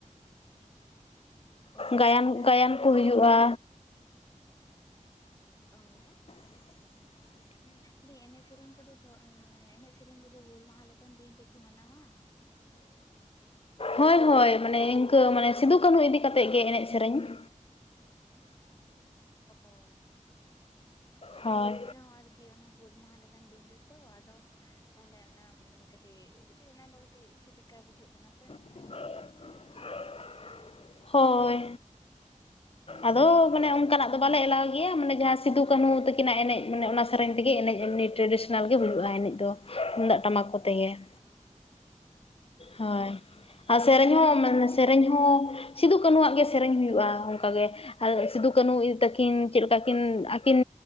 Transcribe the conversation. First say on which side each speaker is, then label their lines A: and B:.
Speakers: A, on the left; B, on the left.
A: ᱚ
B: ᱜᱟᱭᱟᱱ ᱜᱟᱭᱟᱱ
A: ᱮᱱᱮᱡ
B: ᱠᱚ
A: ᱥᱮᱨᱮᱧ
B: ᱦᱩᱭᱩᱜᱼᱟ
A: ᱠᱚᱫᱚ ᱚ
B: <inaudible>
A: ᱫᱤᱭᱮ ᱮᱱᱮᱡ ᱥᱮᱨᱮᱧ ᱠᱚᱫᱚ ᱮᱱᱮᱡ ᱥᱮᱨᱮᱧ ᱠᱚᱫᱚ ᱦᱩᱞ ᱢᱟᱦᱟ ᱞᱮᱠᱟᱱ ᱫᱤᱱ ᱨᱮ ᱠᱤ ᱢᱟᱱᱟᱣᱟ ᱾
B: ᱦᱳᱭ ᱦᱳᱭ, ᱢᱟᱱᱮ ᱤᱝᱠᱟᱹ ᱢᱟᱱᱮ ᱥᱤᱫᱩ ᱠᱟᱹᱱᱩ ᱤᱫᱤ ᱠᱟᱛᱮ ᱜᱮ ᱮᱱᱮᱡ ᱥᱮᱨᱮᱧ ᱾
A: ᱚ,
B: ᱦᱳᱭ
A: ᱮᱱᱛᱮ ᱨᱮᱦᱚᱸ ᱟᱨᱠᱤ ᱾ ᱠᱤ ᱚᱱᱟ ᱦᱩᱞ ᱢᱟᱦᱟ ᱞᱮᱠᱟᱱ ᱫᱤᱱ ᱨᱮᱛᱚ, ᱟᱫᱚ ᱛᱟᱦᱚᱞᱮ ᱚᱱᱟ ᱠᱟᱹᱴᱤᱡ ᱠᱟᱹᱴᱤᱡ ᱚᱱᱟ ᱫᱚ ᱠᱟᱹᱴᱤᱡ ᱪᱮᱫ ᱞᱮᱠᱟ ᱵᱩᱡᱷᱟᱹᱜ ᱠᱟᱱᱟ ᱥᱮ?
B: <unintelligible> ᱦᱳᱭ ᱾ ᱟᱫᱚ ᱢᱟᱱᱮ ᱚᱱᱠᱟ ᱱᱟᱜ ᱫᱚ ᱵᱟᱞᱮ ᱮᱞᱟᱣ ᱜᱮᱭᱟ, ᱢᱟᱱᱮ ᱡᱟᱦᱟᱸ ᱥᱤᱫᱩ- ᱠᱟᱹᱱᱦᱩ ᱛᱟᱹᱠᱤᱱᱟᱜ ᱮᱱᱮᱡ, ᱢᱟᱱᱮ ᱚᱱᱟ ᱥᱮᱨᱮᱧ ᱛᱮᱜᱮ ᱮᱱᱮᱡ ᱮᱢᱱᱤ ᱴᱨᱮᱰᱤᱥᱚᱱᱟᱞ ᱜᱮ ᱦᱩᱭᱩᱜᱼᱟ, ᱮᱱᱮᱡ ᱫᱚ᱾ ᱛᱩᱢᱫᱟᱜ-ᱴᱟᱢᱟᱠ ᱠᱚ ᱛᱮ ᱜᱮ ᱾
A: ᱦᱚᱸ᱾
B: ᱦᱳᱭ, ᱟ ᱥᱮᱨᱮᱧ ᱦᱚᱸ ᱢᱮ ᱥᱮᱨᱮᱧ ᱦᱚᱸ ᱥᱤᱫᱩ-ᱠᱟᱹᱱᱦᱩᱣᱟᱜ ᱜᱮ ᱥᱮᱨᱮᱧ ᱦᱩᱭᱩᱜᱼᱟ, ᱚᱱᱠᱟ ᱜᱮ ᱾ ᱟᱨ ᱥᱤᱫᱩ ᱠᱟᱹᱱᱦᱩ ᱤᱫᱤ ᱛᱟᱹᱠᱤᱱ ᱪᱮᱫ ᱞᱮᱠᱟ ᱠᱤᱱ? ᱟᱹᱠᱤᱱ